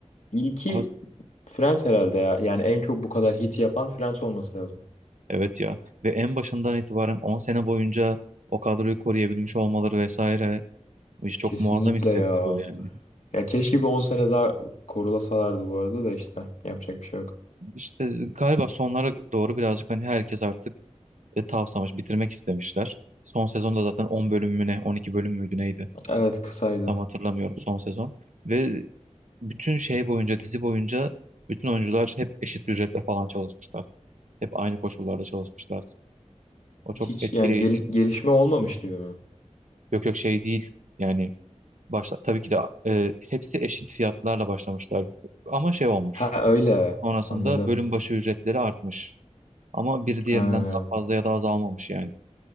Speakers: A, on the left (about 70°); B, on the right (about 80°).
A: İlki
B: Ama
A: Friends herhalde ya. Yani en çok bu kadar hit yapan Friends olması lazım.
B: evet ya. Ve en başından itibaren 10 sene boyunca o kadroyu koruyabilmiş olmaları vesaire işte çok
A: Kesinlikle
B: muazzam hissettiriyor
A: ya.
B: yani.
A: Ya keşke bir 10 sene daha korulasalardı bu arada da işte yapacak bir şey yok.
B: İşte galiba sonlara doğru birazcık hani herkes artık e, tavsamış, bitirmek istemişler. Son sezonda zaten 10 bölüm mü ne, 12 bölüm müydü neydi?
A: Evet kısaydı.
B: Tam hatırlamıyorum son sezon. Ve bütün şey boyunca, dizi boyunca bütün oyuncular hep eşit bir ücretle falan çalışmışlar. Hep aynı koşullarda çalışmışlar. O çok
A: Hiç
B: etkileyici.
A: yani gel- gelişme olmamış gibi mi?
B: Yok yok şey değil. Yani başta tabii ki de e, hepsi eşit fiyatlarla başlamışlar. Ama şey olmuş.
A: Ha öyle
B: Sonrasında
A: anladım.
B: bölüm başı ücretleri artmış. Ama bir diğerinden
A: Ha.
B: daha fazla ya da azalmamış yani.